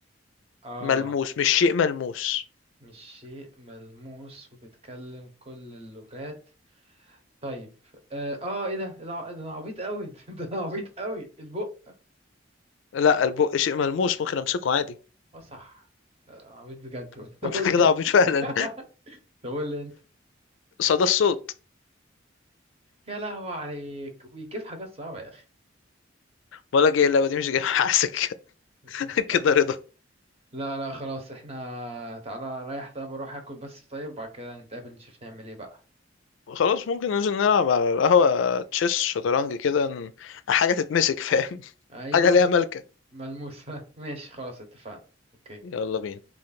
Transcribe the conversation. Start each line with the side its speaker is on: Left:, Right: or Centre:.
Right: آه
Left: ملموس مش شيء ملموس
Right: مش شيء ملموس وبيتكلم كل اللغات طيب آه, آه إيه ده الع- ده أنا عبيط أوي <laughs> ده أنا عبيط أوي البق
Left: لا البق شيء ملموس ممكن امسكه عادي
Right: آه صح لا، ده أنا عبيط بجد
Left: <laughs>
Right: <laughs> طب
Left: انت
Right: قول لي
Left: كده عبيط فعلا
Right: <laughs> طب قول لي أنت
Left: صدى الصوت
Right: يا لهوي عليك بيجيب حاجات صعبة يا أخي
Left: بقول لك ايه اللعبه دي مش جايه حاسك
Right: <laughs>
Left: <laughs>
Right: طب.
Left: كده رضا
Right: لا لا خلاص احنا تعالى رايح طيب اروح اكل بس طيب وبعد كده نتقابل نشوف نعمل ايه بقى
Left: خلاص ممكن ننزل نلعب على القهوه تشيس شطرنج كده ن- حاجه تتمسك فاهم <laughs>
Right: ايوه
Left: حاجه ليها ملكه
Right: ملموسة <laughs> ماشي خلاص اتفقنا اوكي
Left: يلا بينا